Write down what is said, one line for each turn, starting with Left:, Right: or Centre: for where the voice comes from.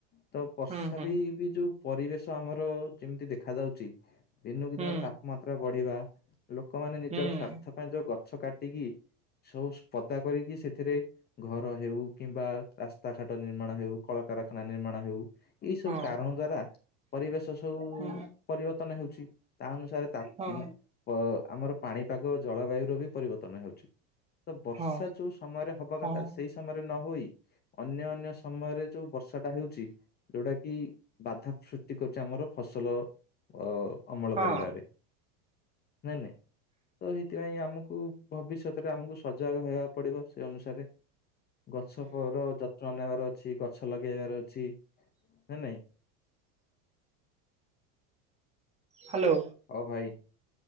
Left: ତ ବର୍ଷା
Right: ହୁଁ ହୁଁ
Left: ବି ବି ଯୋଉ ପରିବେଶ ଆମର ଯେମତି ଦେଖାଯାଉଚି ଦିନକୁ
Right: ହୁଁ
Left: ଦିନ ତାପମାତ୍ରା ବଢିବା ଲୋକମାନେ ନିଜର
Right: ହୁଁ
Left: ସ୍ଵାର୍ଥ ପାଇଁ ଯୋଉ ଗଛ କାଟିକି ସବୁ ସ୍ପଦା କରିକି ସେଥିରେ ଘର ହେଉ, କିମ୍ବା ରାସ୍ତା ଘାଟ ନିର୍ମାଣ ହେଉ, କଳକାରଖାନା ନିର୍ମାଣ ହେଉ ଏଇ
Right: ହଁ
Left: ସବୁ କାରଣ ଦ୍ଵାରା ପରିବେଶ ସବୁ
Right: ହଁ
Left: ପରିବର୍ତ୍ତନ ହେଉଛି ତା ଅନୁସାରେ ତା
Right: ହଁ
Left: ମ ପ ଆମର ପାଣିପାଗ ଜଳବାୟୁର ବି ପରିବର୍ତ୍ତନ ହେଉଛି। ତ ବର୍ଷା
Right: ହଁ
Left: ଯୋଉ ସମୟରେ ହବା
Right: ହଁ
Left: କଥା ସେଇ ସମୟରେ ନହୋଇ ଅନ୍ୟ ଅନ୍ୟ ସମୟରେ ଯୋଉ ବର୍ଷାଟା ହେଉଛି ଯୋଉଟା କିି ବାଧା ସୃଷ୍ଟି କରୁଚି ଆମର ଫସଲ ଅ ଅମଳ
Right: ହଁ
Left: କରିବାରେ ନା ନାଇଁ ତ ସେଇଥିପାଇଁ ଆମକୁ ଭବିଷ୍ୟତରେ ଆମକୁ ସଜାଗ ରହିବାକୁ ପଡିବ ସେ ଅନୁସାରେ। ଗଛ ପର ଯତ୍ନ ନେବାର ଅଛି ଗଛ ଲଗେଇବାର ଅଛି ନ ନାଇଁ।
Right: ହାଲୋ।
Left: ଓ ଭାଇ